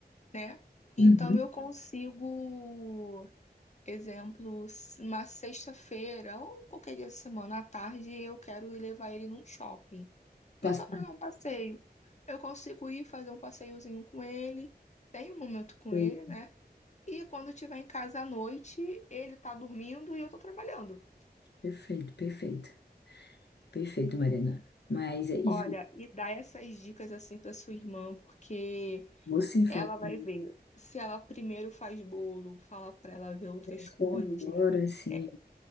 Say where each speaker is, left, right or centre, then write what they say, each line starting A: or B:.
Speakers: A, on the left (about 45°); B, on the left (about 85°).
A: né? Então
B: Uhum.
A: eu consigo, exemplo, s- uma sexta-feira ou qualquer dia da semana à tarde, eu quero ir levar ele num shopping.
B: Passa-
A: Não é só para dar um passeio. Eu consigo ir fazer um passeiozinho com ele, tenho um momento com
B: Perfeito,
A: ele, né? E quando estiver em casa à noite, ele tá dormindo e eu tô trabalhando.
B: perfeito, perfeito, perfeito, Mariana. Mas é isso.
A: Olha, e dá essas dicas assim para sua irmã, porque
B: Você fala
A: ela vai
B: comigo
A: ver. Se ela primeiro faz bolo, fala para ela ver outras
B: é só
A: coisas.
B: agora, assim.
A: É,